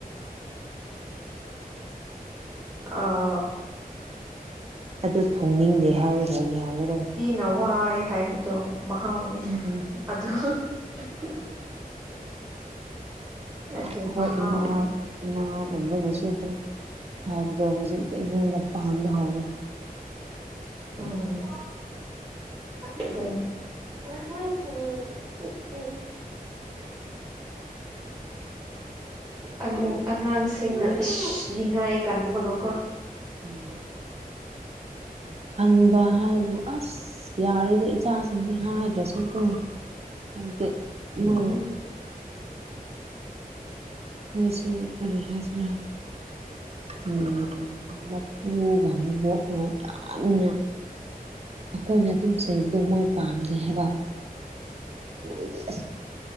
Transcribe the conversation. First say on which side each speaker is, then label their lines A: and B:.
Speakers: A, on the right (about 25°); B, on the right (about 45°).
A: ꯑꯥꯎ
B: ꯑꯗꯨ ꯊꯣꯡꯅꯤꯡꯗꯦ ꯍꯥꯏꯔꯔꯥ ꯌꯥꯒꯦꯔꯥ꯫
A: ꯅꯋꯥꯏ ꯍꯥꯏꯕꯗꯣ꯫ ꯃꯍꯥꯎꯅꯤ
B: ꯎꯝ
A: ꯑꯗꯣ ꯫ ꯑꯗꯨ
B: ꯑꯩꯈꯣꯏ
A: ꯃꯍꯥꯎꯅꯤ꯫
B: ꯏꯃꯥ ꯏꯃꯥꯒꯨꯝꯕꯅꯁꯨ ꯑꯗꯨꯝ ꯍꯥꯏꯕꯗꯣ ꯍꯧꯖꯤꯛꯇꯤ ꯑꯩꯉꯣꯟꯗ ꯄꯥꯟꯕ ꯍꯧꯔꯦ꯫
A: ꯎꯝ ꯑꯗꯨꯅꯤ ꯫ ꯑ ꯍꯣꯏ <unintelligible> ꯑꯉꯤ ꯑꯉꯥꯡꯁꯤꯡꯅ ꯏꯁ ꯅꯤꯡꯉꯥꯏ ꯀꯥꯟꯕꯒꯀꯣ꯫
B: ꯎꯝ ꯀꯟꯕ ꯍꯥꯏꯕꯨ ꯑꯁ ꯌꯥꯔꯤꯗꯥ ꯏꯆꯥꯁꯤꯡꯗꯤ ꯍꯥꯏꯗ꯭ꯔꯁꯨꯨꯀꯣ ꯫ ꯍꯥꯏꯕꯗꯤ ꯫ ꯃꯣꯏꯅ
A: ꯎꯝ
B: ꯃꯣꯏꯁꯦ ꯀꯔꯤ ꯍꯥꯏꯁꯤꯔꯥ꯫ ꯎꯝ ꯃꯄꯨꯒ ꯃꯕꯣꯛꯅ ꯌꯥꯝꯅ꯫ ꯈꯣꯏꯅ ꯑꯗꯨꯝ ꯆꯩꯕꯗꯣ ꯃꯣꯏ ꯄꯥꯝꯗꯦ ꯍꯥꯏꯕ ꯃꯣꯏꯗꯤ ꯑꯁ